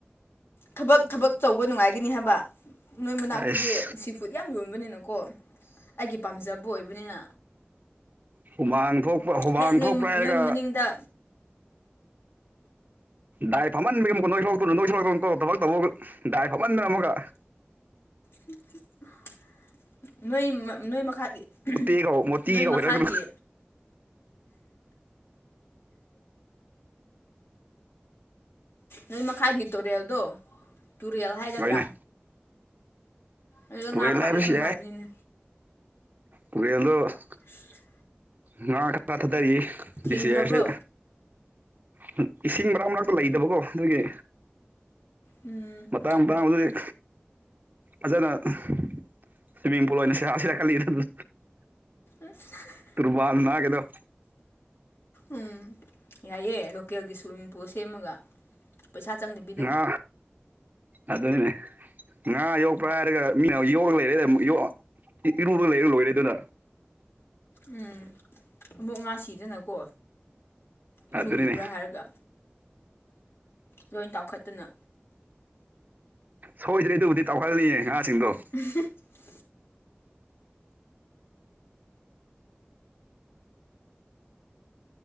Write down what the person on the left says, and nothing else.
ꯊꯕꯛ ꯊꯕꯛ ꯇꯧꯕ ꯅꯨꯡꯉꯥꯏꯒꯅꯤ ꯍꯥꯏꯕ ꯅꯣꯏ ꯃꯅꯥꯛꯇꯨꯗꯤ
ꯁꯤ ꯐꯨꯗ ꯌꯥꯝ ꯌꯣꯟꯕꯅꯤꯅꯀꯣ ꯑꯩꯒꯤ ꯄꯥꯝꯖꯕ ꯑꯣꯏꯕꯅꯤꯅ
ꯍꯦꯛ ꯅꯣꯏ
ꯅꯣꯏ ꯃꯅꯤꯡꯗ
ꯍꯤꯛ ꯍꯤꯛ ꯑꯥ ꯅꯣꯏ ꯃꯛ ꯅꯣꯏ ꯃꯈꯥ ꯏ ꯎꯟꯍꯨ
ꯅꯣꯏ ꯃꯈꯥꯒꯤ
ꯅꯣꯏ ꯃꯈꯥꯏꯒꯤ ꯇꯨꯔꯦꯜꯗꯣ ꯇꯨꯔꯦꯜ ꯍꯥꯏꯒꯗ꯭ꯔꯥ
ꯑꯗꯨꯗ
ꯉꯥ ꯐꯥꯕ
ꯌꯥꯝ ꯅꯨꯡꯉꯥꯏꯕꯅꯤꯅꯦ
ꯁꯤ
ꯊꯤꯡꯈ꯭ꯔꯕ꯭ꯔꯣ
ꯎꯝ
ꯑꯁ ꯍꯥꯍꯥꯍꯥ
ꯎꯝ ꯌꯥꯏꯑꯦ ꯂꯣꯀꯦꯜꯒꯤ ꯁ꯭ꯋꯤꯃꯤꯡꯄꯣ ꯁꯦꯝꯃꯒ ꯄꯩꯁꯥ ꯆꯪꯗꯕꯤ
ꯎꯝ ꯑꯃꯨꯛ ꯉꯥ ꯁꯤꯗꯅ ꯀꯣ ꯏꯔꯨꯕꯤꯕ꯭ꯔꯥ
ꯍꯥꯏꯔꯒ ꯂꯣꯏ ꯇꯥꯎꯈꯠꯇꯅ
<unintelligible>